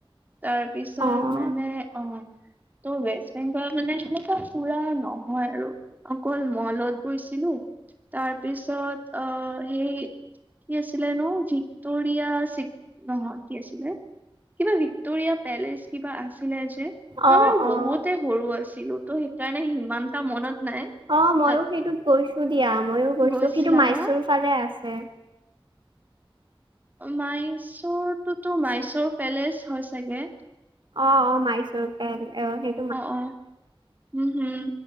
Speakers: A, on the right; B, on the right.
A: তাৰপিছত
B: অ',
A: মানে অ' ত' ৱেছ বেংগলত মানে সেনেকুৱা ফুৰা নহয় আৰু, অকল মলত গৈছিলোঁ তাৰপিছত আ, হেই কি আছিলে ন' ভিক্টৰিয়া চিক নহয় কি আছিলে, কিবা ভি টোৰিয়া পেলেচ কিবা আনছিলে যে, মই
B: অ',
A: বাৰু বহুত
B: অ'।
A: এ, সৰু আছিলোঁ ত' সেইকাৰণে সিমানটা মনত নাই।
B: অ' মইও
A: তাত
B: সেইটোত গৈছোঁ দিয়া, মইও গৈছোঁ,
A: গৈছিলা
B: সেইটো মাইচুৰ
A: ন
B: ফালে আছে।
A: মাইচুৰটোতো মাইচুৰ পেলেচ হয় চাগে?
B: অ অ মাইচৰ পেল অ সে
A: অ অ উম হম